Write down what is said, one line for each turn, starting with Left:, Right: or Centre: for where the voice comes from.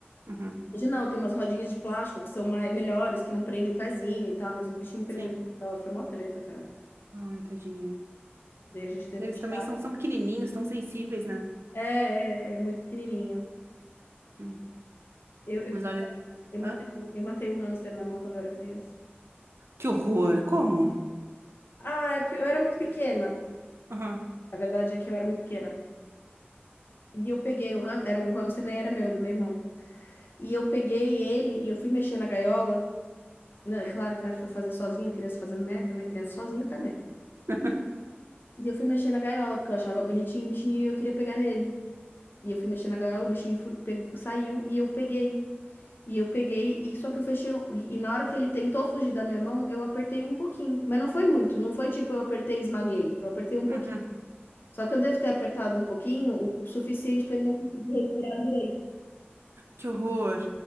Right: uhum.
Left: Hoje não, tem umas rodinhas de plástico que são mais, melhores, que não prende o pezinho e tal, mas o bichinho perdeu.
Right: Sim.
Left: Foi mó treta, cara.
Right: Ai, tadinho.
Left: Daí a gente teve
Right: Eles
Left: que
Right: também
Left: tirar.
Right: são, são pequenininhos, tão sensíveis, né?
Left: É, é, é muito pequenininho.
Right: Hum.
Left: Eu, eu,
Right: Mas olha,
Left: eu matei,
Right: Hã?
Left: eu matei um hamster na mão quando eu era criança.
Right: Que horror. Como?
Left: Ah, é porque eu era muito pequena.
Right: Aham.
Left: A verdade é que eu era muito pequena. E eu peguei o hamster, era, o hamster nem era meu, era do meu irmão. E eu peguei ele e eu fui mexer na gaiola. Não, é claro que não foi fazer sozinha, criança fazendo merda, né? Criança sozinha faz merda.
Right: <laughs>
Left: E eu fui mexer na gaiola porque eu achava bonitinho o bichinho e eu queria pegar nele. E eu fui mexer na gaiola, o bichinho fu- pe- saiu e eu peguei. E eu peguei, e só que eu fechei. um- E e na hora que ele tentou fugir da minha mão, eu apertei um pouquinho. Mas não foi muito, não foi tipo eu apertei e esmaguei. Eu apertei um pouquinho.
Right: Uhum.
Left: Só que eu devo ter apertado um pouquinho, o suficiente para ele não conseguir respirar direito.
Right: Que horror.